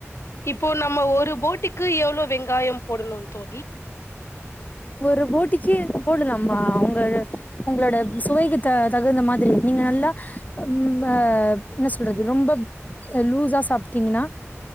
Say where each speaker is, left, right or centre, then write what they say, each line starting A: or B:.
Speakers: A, on the left; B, on the left.
A: இப்போ நம்ம ஒரு போட்டிக்கு எவ்ளோ வெங்காயோ போடணோ தோ
B: ஒரு போட்டிக்கி போடலாமா அவுங்க உங்ளோட சுவைக்கு த தகுந்த மாதிரி நீங்க நல்லா ம் பா என்ன சொல்றது ரொம்ப லூஸா சாப்டீங்கன்னா